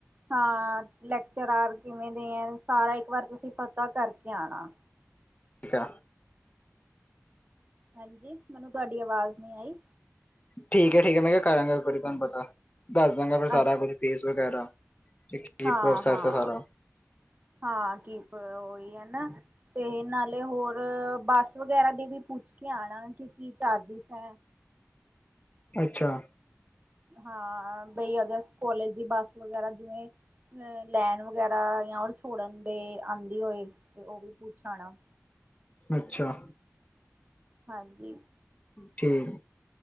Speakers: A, on the right; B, on the left.
A: ਹਾਂ, ਲੈਕਚਰਾਰ ਕਿਵੇ ਦੇ ਐ? ਸਾਰਾ ਇੱਕ ਵਾਰ ਤੁਸੀ ਪਤਾ ਕਰਕੇ ਆਣਾ
B: ਠੀਕ ਐ।
A: ਹਾਂਜੀ, ਮੈਨੂੰ ਤੁਹਾਡੀ ਆਵਾਜ ਨਹੀ ਆਈ।
B: ਠੀਕ ਐ, ਠੀਕ ਐ, ਮੈ ਕੇ ਕਰਾਂਗਾ ਇੱਕ ਵਾਰੀ ਤੁਹਾਨੂੰ ਪਤਾ, ਦੱਸ ਦਾਂਗਾ ਫੇਰ ਸਾਰਾ
A: ਅੱਛਾ
B: ਕੁੱਜ ਫੀਸ ਵਗੈਰਾ ਠੀਕ ਕੀ
A: ਹਾਂ
B: ਪ੍ਰੋਸੈਸ
A: ਹਾਂ
B: ਐ ਸਾਰਾ
A: ਹਾਂ, ਕੀ ਓਹੀ ਹੈ ਨਾ ਤੇ ਨਾਲੇ ਹੋਰ ਬੱਸ ਵਗੈਰਾ ਦੇ ਵੀ ਪੁੱਛ ਕੇ ਆਣਾ ਕਿ ਕੀ ਚਾਰਸੇਸ ਹੈ?
B: ਅੱਛਾ।
A: ਹਾਂ, ਬਈ ਅਗਰ ਕੋਲੇਜ ਦੀ ਬੱਸ ਵਗੈਰਾ ਜਿਵੇ ਅ ਲੈਣ ਵਗੈਰਾ ਯਾ ਹੋਰ ਛੋੜਨ ਦੇ ਆਂਦੀ ਹੋਏ ਤੇ ਓਹ ਵੀ ਪੁੱਛ ਆਣਾ
B: ਅੱਛਾ।
A: ਹਾਂਜੀ।
B: ਠੀਕ